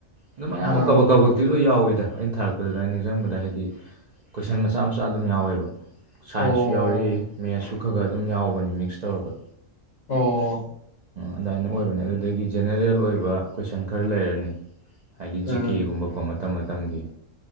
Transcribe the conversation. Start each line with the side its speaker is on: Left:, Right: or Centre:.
Right: ꯑꯗꯨꯝ ꯑꯌꯥꯝꯕ
Left: ꯑꯥ
Right: ꯀꯕꯛ ꯀꯕꯛꯇꯤ ꯂꯣꯏ ꯌꯥꯎꯋꯤꯗ ꯑꯩꯅ ꯊꯥꯔꯛꯄꯗꯨꯗ ꯑꯩꯅ ꯅꯤꯡꯁꯤꯡꯕꯗ ꯍꯥꯏꯗꯤ ꯀꯣꯏꯁꯟ ꯃꯆꯥ ꯃꯆꯥ ꯑꯗꯨꯝ ꯌꯥꯎꯋꯦꯕ ꯁꯥꯏꯟꯁꯁꯨ
Left: ꯑꯣ
Right: ꯌꯥꯎꯔꯤ ꯃꯦꯠꯁꯁꯨ ꯈꯔ ꯈꯔ ꯑꯗꯨꯝ ꯌꯥꯎꯕꯅꯦ ꯃꯤꯛꯁ ꯇꯧꯔꯒ
Left: ꯑꯣ
Right: ꯑꯗꯨꯃꯥꯏꯅ ꯑꯣꯏꯕꯅꯦ ꯑꯗꯨꯗꯒꯤ ꯖꯦꯅꯦꯔꯦꯜ ꯑꯣꯏꯕ ꯀꯣꯏꯁꯟ ꯈꯔ ꯂꯩꯔꯅꯤ ꯍꯥꯏꯗꯤ
Left: ꯎꯝ
Right: ꯖꯤ ꯀꯦꯒꯨꯝꯕꯀꯣ ꯃꯇꯝ ꯃꯇꯝꯒꯤ